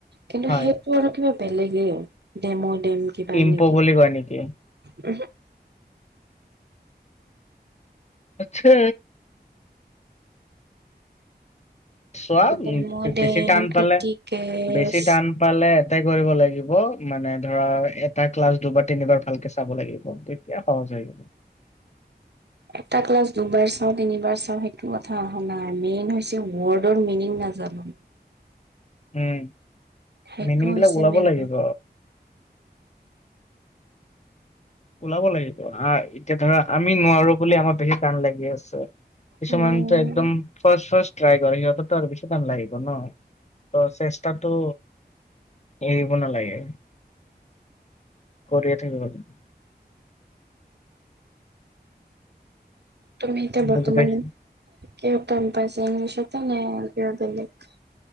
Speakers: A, on the right; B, on the left.
A: কিন্তু
B: হয়।
A: সেইটো আৰু কিবা বেলেগে আৰু ডেম, ডেম কিবা
B: ইম্প'
A: এনেকে।
B: বুলি কয় নেকি?
A: তাৰপিছত।
B: আচ্ছা। চোৱা
A: ডেম'
B: উম,
A: ডেম
B: বেছি টান
A: ক্ৰিটিকেছ
B: পালে, বেছি টান পালে এপ্লাই কৰিব লাগিব মানে, ধৰা এটা ক্লাছ দুবাৰ তিনিবাৰ ভালকে চাব লাগিব তেতিয়া সহজ। যায়।
A: এটা ক্লাছ দুবাৰ চাওঁ তিনিবাৰ চাওঁ সেইটো কথা অহা নাই মেইন হৈছে ৱৰ্ডৰ মিনিং নাজা <unintelligible>
B: উম,
A: সেইটো
B: মিনিং
A: হৈছে
B: বিলাক ওলাব
A: মেইন
B: লাগিব।
A: প্ৰব
B: ওলাব লাগিব এতিয়া ধৰা আমি নোৱাৰো বুলি আমাৰ বেছি টান লাগি আছে। কিছুমানটো
A: উম
B: একদম ফাৰ্ষ্ট, ফাৰ্ষ্ট। ট্ৰাই কৰে, সিহঁতো আৰু বেছি টান লাগিব ন, ত চেষ্টাটো এৰিব নালাগে কৰিয়ে থাকিব।
A: তুমি এতিয়া বৰ্তমান
B: বুজি পাইছো।
A: কিহত টান পাইচা, ইংলিছতে নে কিবা বেলেগ।